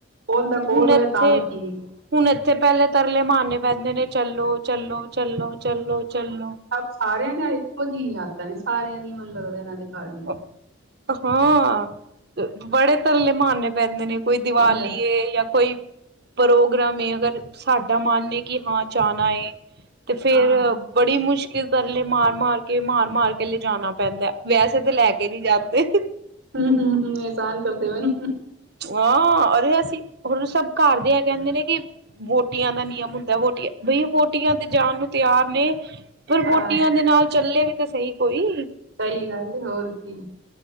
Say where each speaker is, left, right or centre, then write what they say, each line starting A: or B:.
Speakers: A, on the right; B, on the right.
A: ਕੋਲ ਦਾ ਕੋਲ
B: ਹੁਣ ਇੱਥੇ
A: ਹੋਏ ਤਾਂ ਵੀ
B: -ਹੁਣ
A: ਠੀਕ ਹੈ
B: ਇੱਥੇ ਪਹਿਲੇ ਤਰਲੇ ਮਾਰਨੇ ਪੈਂਦੇ ਨੇ ਚੱਲੋ- ਚੱਲੋ, ਚੱਲੋ, ਚੱਲੋ, ਚੱਲੋ
A: ਪਰ ਸਾਰੇਆਂ ਦੀਆਂ ਇੱਕੋ ਜੇਹੀਆਂ ਹੀ ਆਦਤਾਂ ਨੇ, ਸਾਰੇਆਂ ਦੀਆ ਮੈਨੂੰ ਲਗਦਾ ਏਹਨਾਂ ਦੇ, ਘਰ ਦੀਆਂ
B: ਹੋਰ ਬੜੇ ਤਰਲੇ ਮਾਰਨੇ ਪੈਂਦੇ ਨੇ, ਕੋਈ ਦਿਵਾਲੀ
A: ਇਵੇਂ
B: ਏ ਜਾਂ ਕੋਈ ਪ੍ਰੋਗਰਾਮ ਹੈਗਾ ਤਾ ਸਾਡਾ ਮਨ ਨਈ ਕੀ ਹਾਂ ਜਾਣਾ ਏ, ਤੇ ਫੇਰ
A: ਹਾਂ
B: ਬੜੀ ਮੁਸ਼ਕਿਲ ਤਰਲੇ ਮਾਰ -ਮਾਰ ਕੇ ਮਾਰ -ਮਾਰ ਕੇ ਲਿਜਾਣਾ ਪੈਂਦਾ ਵੈਸੇ ਤੇ ਲੈ ਕੇ ਨਹੀਂ ਜਾਂਦੇ, ਹ
A: ਹਮ, ਹਮ, ਹਮ ਅਹਿਸਾਨ ਕਰਦੇ ਵਏ ਨਾ,
B: ਹਾਂ ਅਰੇ ਅਸੀਂ ਹੁਣ ਸਭ ਘਰ ਦੇ ਏ ਕੇਹਦੇ ਨੇ ਕਿ, ਵੋਟੀਆਂ ਦਾ ਨਿਯਮ ਹੁੰਦਾ, ਵੋਟੀਆਂ ਬਈ ਵੋਟੀਆਂ ਤੇ ਜਾਣ ਨੂੰ ਤਿਆਰ ਨੇ, ਫਿਰ ਵੋਟੀਆਂ
A: ਹਾਂ
B: ਦੇ ਨਾਲ ਚੱਲੇ ਵੀ ਤੇ ਸਹੀ ਕੋਈ
A: ਸਈ ਗਾੱਲ ਏ ਹੋਰ ਕੀ।